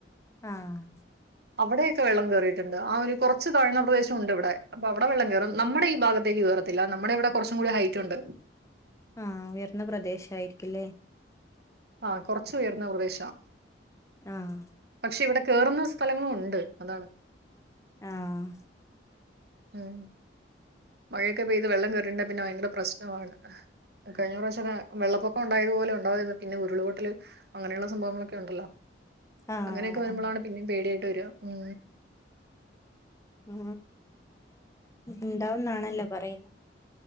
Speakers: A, on the left; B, on the right.
A: ആഹ്
B: അവിടെയൊക്കെ വെള്ളം കേറിയിട്ടുണ്ട് ആ ഒരു കുറച്ച് താഴ്ന്ന പ്രദേശം ഉണ്ട് ഇവിടെ അപ്പൊ അവിടെ വെള്ളം കയറും നമ്മടെ ഈ ഭാഗത്തേക്ക് കയറത്തില്ല നമ്മുടെ ഇവിടെ കുറച്ചും കൂടി ഹൈറ്റുണ്ട്
A: ആഹ് ഉയർന്ന പ്രദേശായിരിക്കില്ലേ
B: ആഹ് കുറച്ച് ഉയർന്ന പ്രദേശാ
A: ആഹ്
B: പക്ഷെ ഇവിടെ കേറുന്ന സ്ഥലങ്ങളും ഉണ്ട് അതാണ്
A: ആഹ്
B: ഉം മഴയൊക്കെ പെയ്ത് വെള്ളം കയറിട്ട്ണ്ടെ പിന്നെ ഭയങ്കര പ്രശ്നമാണ് കഴിഞ്ഞ പ്രാവശ്യക്കെ വെള്ളപ്പൊക്കണ്ടായതുപോലെ ഉണ്ടായി പിന്നെ ഉരുൾപൊട്ടല് അങ്ങനെയുള്ള സംഭവങ്ങളൊക്കെണ്ടല്ലോ
A: ആ ആ
B: അങ്ങനെയൊക്കെ വരുമ്പോഴാണ് പിന്നേയും പേടിയായിട്ട് വരാ ഉം
A: <unintelligible> ഉണ്ടാവുന്നാണല്ലോ പറയുന്ന